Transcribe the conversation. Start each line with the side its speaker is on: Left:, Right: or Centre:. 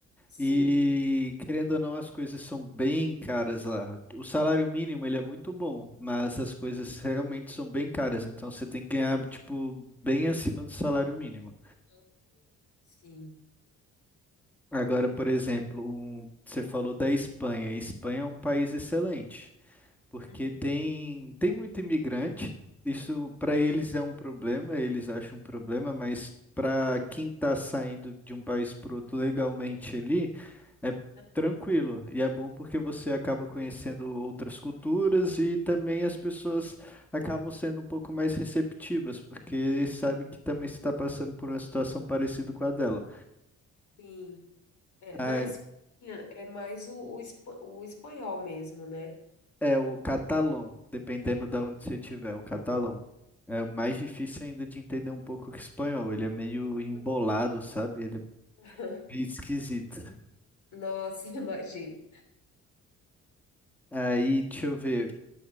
Left: sim.
Centre: e, querendo ou não, as coisas são bem caras lá. O salário mínimo, ele é muito
Left: Ah,
Centre: bom, mas as coisas realmente são bem caras. Então, você tem que ganhar,
Left: cara.
Centre: tipo, bem acima do salário mínimo.
Left: Aham, sim.
Centre: Agora, por exemplo, um- você falou da Espanha. A Espanha é um país excelente. Porque
Left: Uhum.
Centre: tem, tem muito imigrante, isso para eles
Left: Sim.
Centre: é um problema, eles acham um problema, mas para quem está saindo de um país para outro legalmente ali, é
Left: Aham,
Centre: tranquilo. E é bom porque você acaba conhecendo outras culturas e também as pessoas acabam sendo um pouco mais receptivas, porque sabe que também você está passando por uma situação parecida com a dela.
Left: sim. É,
Centre: Ah,
Left: na Espanha é mais o, o, espa- o espanhol mesmo, né?
Centre: É o catalão, dependendo da onde você estiver, o catalão. É mais difícil ainda de entender um pouco que o espanhol. Ele é meio embolado,
Left: Aham.
Centre: sabe? Ele é
Left: <laughs>
Centre: meio esquisito.
Left: Nossa, imagino.
Centre: Aí, deixa eu ver.